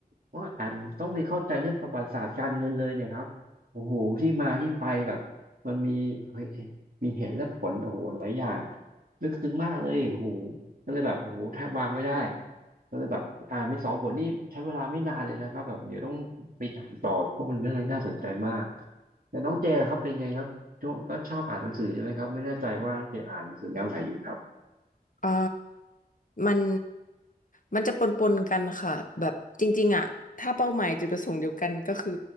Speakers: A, on the right; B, on the left.
A: ต้องอ่านต้องไปเข้าใจเรื่องประวัติศาสตร์การเงินเลยเนี่ยครับโอ้โหที่มาที่ไปแบบมันมีเฮ้ยมีเหตุและผลโอ้โหหลายอย่างลึกซึ้งมากเลยโอ้โหก็เลยแบบโอ้โหแทบวางไม่ได้ก็เลยแบบอ่านไปสองบทนี่ใช้เวลาไม่นานเลยนะครับแบบเดี๋ยวต้องไปอ่านต่อเพราะมันเรื่องอะไรน่าสนใจมากแล้วน้องเจล่ะครับเป็นไงครับช่วงก็ชอบอ่านหนังสือใช่ไหมครับไม่แน่ใจว่าน้องเจอ่านหนังสือแนวไหนอยู่ครับ
B: <laughs> เอ่อมันมันจะปนปนกันค่ะแบบจริงๆอะถ้าเป้าหมายจุดประสงค์เดียวกันก็คือ